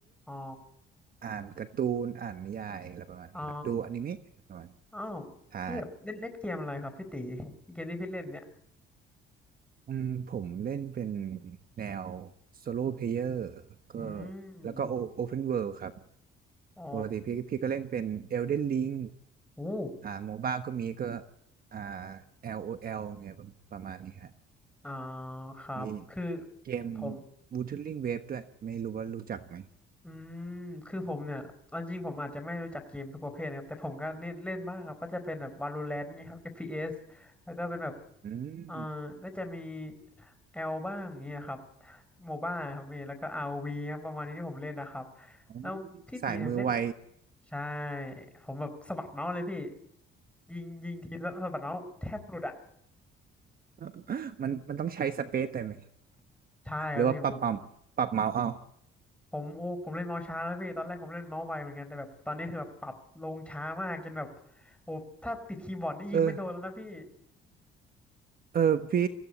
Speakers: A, in the centre; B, on the right.
A: อ๋อ
B: อ่านการ์ตูนอ่านนิยายอะไรประมาณนี้ครับดูอนิเมะอะไรประมาณนี้
A: อ๋ออ้าวพี่แบบเล่นเล่นเกมอะไรครับพี่ตี
B: ใช่
A: เกมที่พี่เล่นเนี่ย
B: อืมผมเล่นเป็นแนวโซโล่เพลเยอร์ก็
A: อืม
B: แล้วก็โอเพนเวิลด์ครับ
A: อ๋อ
B: ปกติพี่พี่ก็เล่นเป็นเอลเดนลิง
A: อู้
B: อ่าโมบ้าก็มีก็อ่า LOL เงี้ยประประมาณนี้ฮะ
A: อ่าครับคือ
B: มีเกม
A: ผม
B: Wuthering Waves ด้วยไม่รู้ว่ารู้จักไหม
A: อืม คือผมเนี่ยเอาจริงผมอาจจะไม่รู้จักเกมทุกประเภทนะครับ แต่ผมก็เล่นเล่นบ้างครับก็จะเป็นแบบ Valorant เงี้ยครับ FPS แล้วก็เป็นแบบ
B: อืม
A: เอ่อก็จะมี L บ้างเงี้ยครับ Mobile ครับมีแล้วก็ ROV ครับประมาณนี้ที่ผมเล่นนะครับ
B: อ๋อ
A: แล้วพี่ตีเนี่ยเล่น
B: สายมือไว
A: ใช่ ผมแบบสะบัดเมาส์เลยพี่ยิงยิงทีแล้วสะบัดเมาส์แทบหลุดอ่ะ
B: <laughs> มันมันต้องใช้สเปซได้ไหม
A: ใช่ครับพี่โอ้โห
B: หรือว่าปรับเอาปรับเมาส์เอา
A: ผมโอ้ผมเล่นเมาส์ช้าแล้วพี่ตอนแรกผมเล่นเมาส์ไวเหมือนกันแต่แบบตอนนี้คือแบบปรับลงช้ามากจนแบบโอ้ถ้าติดคีย์บอร์ดนี่ยิงไม่โดนแล้วนะพี่
B: เออเออพี่